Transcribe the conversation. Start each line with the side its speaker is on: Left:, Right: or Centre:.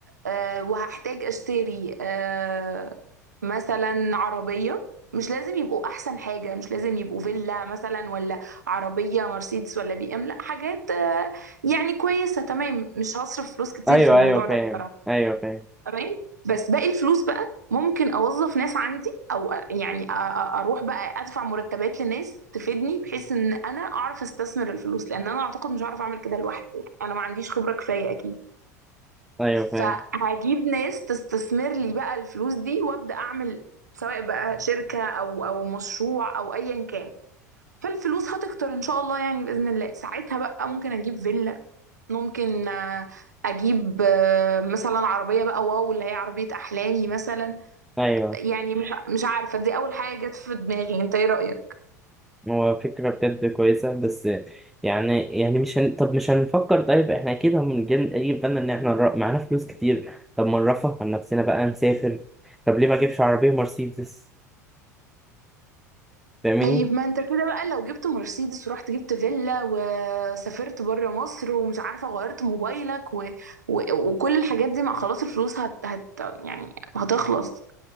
Right: آه وهحتاج اشتري آه مثلا عربية مش لازم يبقوا احسن حاجة مش لازم يبقوا فيلا مثلا ولا عربية مرسيدس ولا بي ام لا حاجات آه يعني كويسة تمام مش هصرف فلوس كتير
Centre: ايوه
Right: في الموضوع
Centre: ايوه
Right: ده
Centre: فاهم
Right: بصراحة
Centre: ايوه فاهم
Right: تمام بس باقي الفلوس بقى ممكن اوظف ناس عندي او يعني أ- أ- اروح بقى ادفع مرتبات لناس تفيدني بحيث ان انا اعرف استثمر الفلوس لان انا اعتقد مش هعرف اعمل كده لوحدي يعني انا ما عنديش خبرة كفاية اكيد
Centre: ايوه فاهم
Right: فهجيب ناس تستثمر لي بقى الفلوس دي وابدا اعمل سواء بقى شركة او او مشروع او ايا كان فالفلوس هتكتر ان شاء الله يعني باذن الله ساعتها بقى ممكن اجيب فيلا ممكن آه، اجيب آه، مثلا عربيه بقى واو اللي هي عربيه احلامي مثلا
Centre: ايوه
Right: يعني مش مش عارفه دي اول حاجه جت في دماغي انت ايه رايك
Centre: هو فكرة بجد كويسة بس يعني يعني مش هن... طب مش هنفكر طيب احنا اكيد هنجيب يجي في بالنا ان احنا نر- معانا فلوس كتير طب ما نرفه عن نفسنا بقى نسافر طب ليه ما اجيبش عربية مرسيدس فاهماني؟
Right: طيب ما انت كده بقى لو جبت مرسيدس ورحت جبت فيلا وسافرت بره مصر ومش عارفه غيرت موبايلك و... و... وكل الحاجات دي مع خلاص الفلوس هت... هت... يعني هتخلص